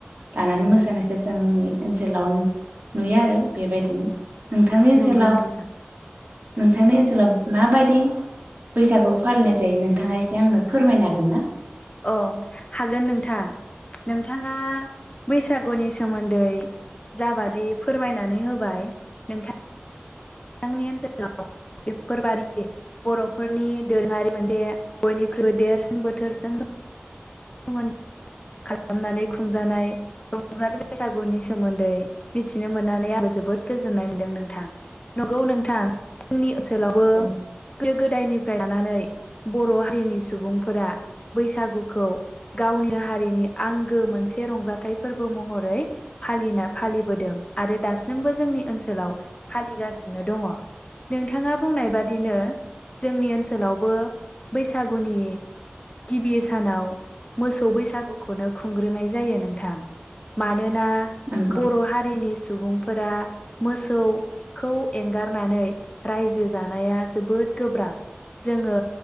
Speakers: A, on the right; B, on the left.
A: लानानै मोसानायखौ जोंनि ओनसोलाव नुयो आरो बेबायदिनो नोंथांनि ओनसोलाव
B: नंगौ नोंथां
A: नोंथांनि ओनसोल फोलाब माबायदि बैसागु फालिनाय जायो नोंथाङा एसे आंनो फोरमायनो हागोन ना
B: औ हागोन नोंथां नोंथां नोंथाङा बैसागुनि सोमोन्दै जाबादि फोरमायनानै होबाय नोंथां नोंथांनि ओनसोलाव बेफोरबादि बर'फोरनि दोरोङारि मोनसे बयनिख्रुइबो देरसिन बोथोरजों सोमोन खालामनानै खुंजानाय रंजालि बैसागुनि सोमोन्दै मिथिनो मोननानै आंबो जोबोद गोजोननाय मोनदों नोंथां नंगौ नोंथां जोंनि ओनसोलावबो
A: नंगौ
B: गोदो गोदायनिफ्राय लानानै बर' हारिनि सुबुंफोरा बैसागुखौ गावनि हारिनि आंगो मोनसे रंजाथाइ फोरबो महरै फालिना फालिबोदों आरो दासिमबो जोंनि ओनसोलाव फालिगासिनो दङ नोंथाङा बुंनाय बादिनो जोंनि ओनसोलाव बो बैसागुनि गिबि सानाव स बैसागुखौनो खुंग्रोनाय जायो नोंथां। मानोना
A: नंगौ
B: बर' हारिनि सुबुं फोरा मोसौखौ एंगारनानै रायजो जानाया जोबोद गोब्राब जोङो